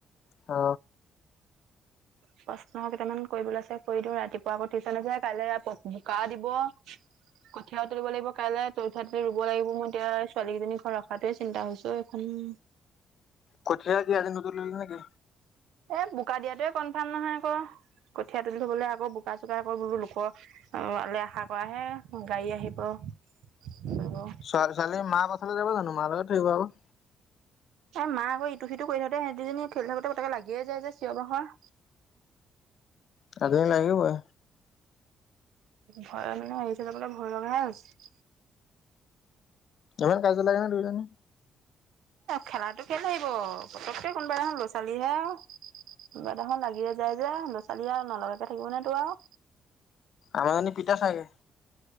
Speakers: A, on the left; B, on the right.
A: অ,
B: প্ৰশ্ন কেইটামান কৰিবলে আছে কৰি দিওঁ ৰাতিপুৱা আকৌ টিউচন আ যে কাইলে আকৌ বোকা দিব। কঠিয়ীয়াও তুলিব লাগিব কাইলে তুলি থোৱাটো ৰুব লাগিব মই এতিয়া ছোৱালী কেইজনীখন ঘৰত ৰখাটোৱে চিন্তা হৈছে ই,
A: কঠিয়ে কি আজি নুতুলিলি নেকি।
B: এ বোকা দিয়াটোৱে কনফাৰ্ম নহয় আকৌ কঠীয়া তুলি থবলৈ আকৌ বোকা চোকা আকৌ বোৰ লোকৰ। আৰু আলে আশা কৰা হে গাড়ী আহিব কৰিব,
A: ল'ৰা ছোৱালী মা পাছলৈ যাব জানো মা লগত থই আহিবা ক,
B: এ মাক আকৌ ইটো সিটো কৰি থাকতে সিহঁতি দুজনী খেলি থাকোতে পতকে লাগিয়ে যায় যে চিঞৰ বাখৰ।
A: কাজিয়া লাগিবই।
B: ভয় মানে এৰি থৈ যাবলে ভয় লগা হৈছে।
A: ইমান কাজিয়া লাগে নে দুইজনী।
B: খেলাটো খেলি থাকিব পতকে কোনোবা এদিনাখন সৰু ল'ৰা ছোৱালীহে। কিবা দেখোন লাগিয়েই যায় যে লৰা ছোৱালী আৰু নলগাকে থাকিব নে তোৰ আও,
A: আমাৰ জনী পিঠা চাগে।